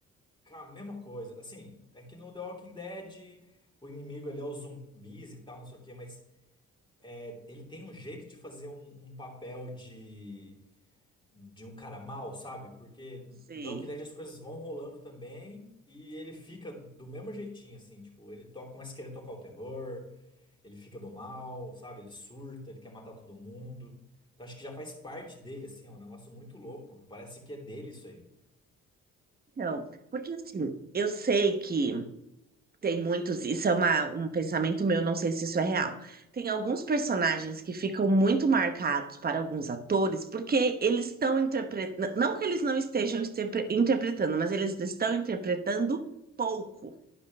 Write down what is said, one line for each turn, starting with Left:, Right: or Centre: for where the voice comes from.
Left: com a mesma coisa. Assim, é que no The Walking Dead o inimigo ele é os zumbis e tal, não sei o quê, mas é, ele tem um jeito de fazer um, um papel de de um cara mal, sabe? Porque
Right: Sei.
Left: The Walking Dead as coisas vão rolando também e ele fica do mesmo jeitinho, assim, tipo, ele toca, começa a querer tocar o terror, ele fica do mal, sabe? Ele surta, ele quer matar todo mundo. Então acho que já faz parte dele, assim, é um negócio muito louco. Parece que é dele isso aí.
Right: Não, porque assim, eu sei que Tem muitos, isso é uma, um pensamento meu, não sei se isso é real. Tem alguns personagens que ficam muito marcados para alguns atores, porque eles estão interpretando, não que eles não estejam interpre- interpretando, mas eles estão interpretando pouco.